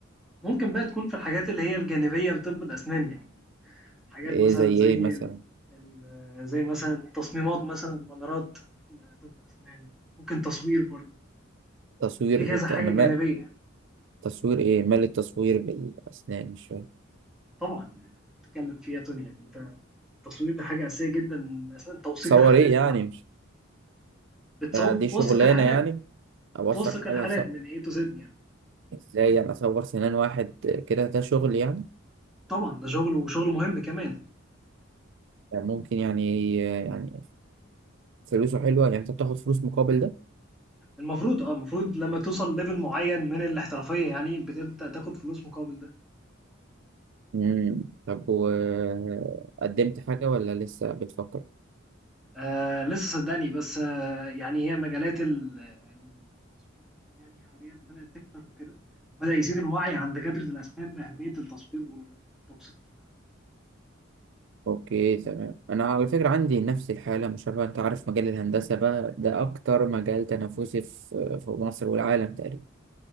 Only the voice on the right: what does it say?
ايه
زي
ايه مثلا
تصوير
ت- انا
ما
تصوير ايه مال التصوير بالاسنان مش فاهم
صور
ايه يعني
مش
ده دي
شغلانه
يعني ابصك
على
ص...
ازاي يعني اصور سنان واحد كده ده شغل يعني
يعني ممكن يعني يعني فلوسه حلوه يعني انت بتاخد فلوس مقابل ده
امم طب وقدمت حاجه ولا لسه بتفكر
اوكي تمام انا على فكره عندي نفس الحاله مش عارف انت عارف مجال الهندسه بقى ده اكتر مجال تنافسي في في مصر والعالم تقريبا